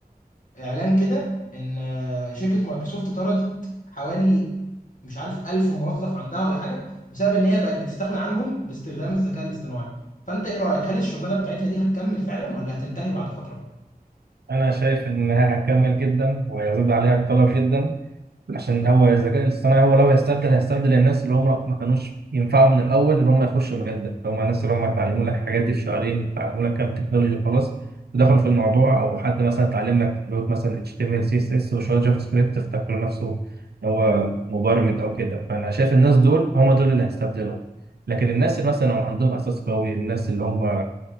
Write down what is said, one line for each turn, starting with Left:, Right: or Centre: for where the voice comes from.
Left: اعلان كده ان آه، شركه مايكروسوفت طردت حوالي مش عارف 1000 موظف عندها ولا حاجه بسبب ان هي بقت بتستغنى عنهم باستخدام الذكاء الاصطناعي فانت ايه رايك هل الشغلانه بتاعتنا دي هتكمل فعلا ولا هتنتهي بعد فتره
Right: انا شايف انها هتكمل جدا وهيزيد عليها الطلب جدا عشان هو الذكاء الاصطناعي هو لو هيستبدل هيستبدل الناس اللي هم ما كانوش ينفعوا من الاول اللي هم يخشوا المجال ده اللي هم الناس اللي هم اتعلموا لك الحاجات دي في شهرين اتعلموا لك كام تكنولوجي وخلاص ودخلوا في الموضوع او حد مثلا اتعلم لك لغه مثلا HTML CSS وشويه جافا سكريبت افتكر نفسه هو مبرمج او كده فانا شايف الناس دول هم دول اللي هيستبدلهم لكن الناس اللي مثلا هم عندهم اساس قوي الناس اللي هم